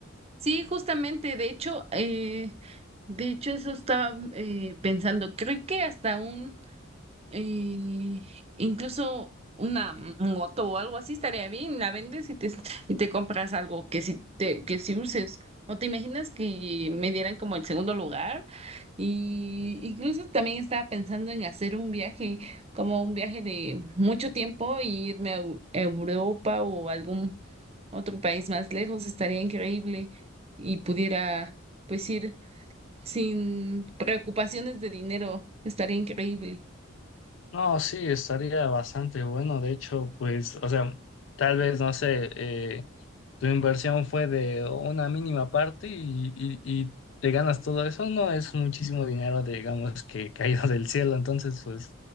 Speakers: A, on the right; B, on the left.
A: Sí, justamente, de hecho, eh, de hecho eso estaba eh, pensando, creo que hasta un, eh, incluso una moto o algo así estaría bien, la vendes y te, y te compras algo que si te, que si uses. ¿O te imaginas que me dieran como el segundo lugar? Y incluso también estaba pensando en hacer un viaje, como un viaje de mucho tiempo, y irme a Eu- Europa o algún otro país más lejos, estaría increíble y pudiera pues ir sin preocupaciones de dinero, estaría increíble.
B: No, sí, estaría bastante bueno. De hecho, pues, o sea, tal vez, no sé, eh, tu inversión fue de una mínima parte y, y- y te ganas todo eso, no es muchísimo dinero, digamos, que caído <laughs> del cielo. Entonces, pues,